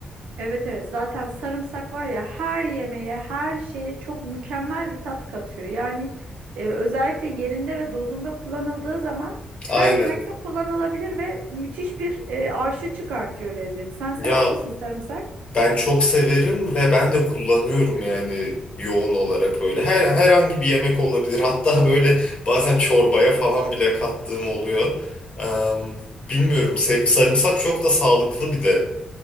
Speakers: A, on the right; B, on the left.
A: Evet evet zaten sarımsak var ya her yemeğe her şeye çok mükemmel bir tat katıyor. Yani e, özellikle yerinde ve dozunda kullanıldığı zaman her
B: Aynen.
A: yemekte kullanılabilir ve müthiş bir e, arşı çıkartıyor lezzeti. Sen sever
B: Ya
A: misin sarımsak?
B: Ben çok severim ve ben de kullanıyorum yani yoğun olarak böyle. Her herhangi bir yemek olabilir. Hatta böyle bazen çorbaya falan bile kattığım oluyor. Em, bilmiyorum. sev- sarımsak çok da sağlıklı bir de